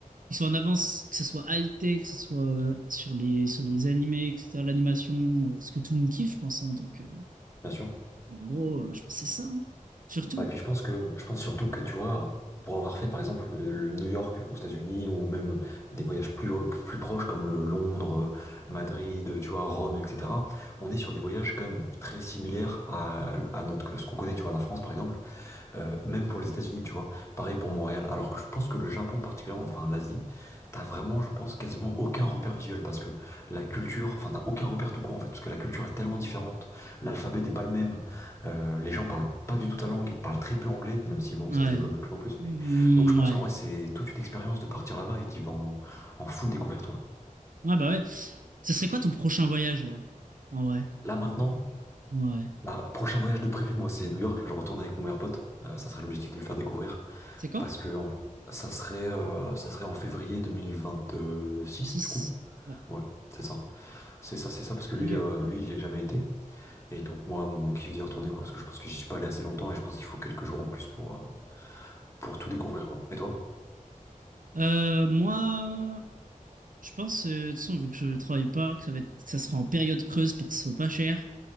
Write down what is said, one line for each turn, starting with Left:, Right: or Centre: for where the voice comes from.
Right: Ils sont en avance, que ce soit high-tech, que ce soit euh, sur les, sur les animés, etc., l'animation, euh, ce que tout le monde kiffe, je pense. hein. Donc, euh,
Left: bien sûr.
Right: en gros, euh, je pense que c'est ça, hein. surtout.
Left: Bah, et puis je pense que je pense surtout que tu vois, pour avoir fait par exemple euh, New York aux États-Unis ou même des voyages plus, euh, plus proches comme le Londres, euh, Madrid, tu vois, Rome, etc., on est sur des voyages quand même très similaires à, à notre, ce qu'on connaît, tu vois, la France par exemple. Euh, même pour les États-Unis, tu vois. Pareil pour Montréal. Alors que je pense que le Japon particulièrement, enfin l'Asie, t'as vraiment, je pense, quasiment aucun repère visuel parce que la culture, enfin t'as aucun repère tout court en fait, parce que la culture est tellement différente. L'alphabet n'est pas le même. Euh, les gens parlent pas du tout ta langue, ils parlent très peu anglais, même si bon,
Right: Ouais.
Left: ça se développe de plus en plus.
Right: Mm,
Left: Mais donc je pense
Right: ouais.
Left: qu'en vrai, c'est toute une expérience de partir là-bas et tu vas en, en full découverte, toi.
Right: Ouais, bah ouais. Ce serait quoi ton prochain voyage, là? En vrai.
Left: Là maintenant.
Right: Ouais.
Left: Bah, prochain voyage de prévu, moi c'est New York, je retourne avec mon meilleur pote, Euh, ça serait l'objectif de le faire découvrir.
Right: C'est quand?
Left: Parce que en- ça serait, euh, ça serait en février 2026
Right: six
Left: du coup.
Right: Ouais.
Left: Ouais, c'est ça. C'est ça, c'est ça, parce que
Right: Banger.
Left: lui, euh, lui, il n'y a jamais été. Et donc moi, mon kiff d'y retourner, quoi, parce que je pense que j'y suis pas allé assez longtemps et je pense qu'il faut quelques jours en plus pour, euh, pour tout découvrir, quoi. Et toi?
Right: Euh, moi, Je pense, euh, de toute façon, vu que je travaille pas, que ça va être, que ça sera en période creuse pour que ce soit pas cher.